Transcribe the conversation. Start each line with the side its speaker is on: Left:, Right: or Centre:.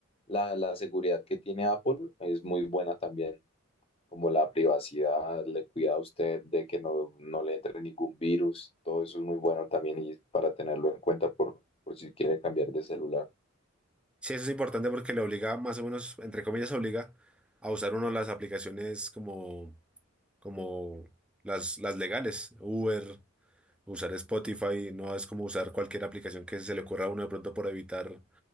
Left: la, la seguridad que tiene Apple es muy buena también. como la privacidad, le cuida a usted de que no, no le entre ningún virus. Todo eso es muy bueno también y para tenerlo en cuenta por, por si quiere cambiar de celular.
Centre: Sí, eso es importante porque le obliga, más o menos, entre comillas, obliga a usar uno las aplicaciones como, como las, las legales, Uber. Usar Spotify no es como usar cualquier aplicación que se le ocurra a uno de pronto por evitar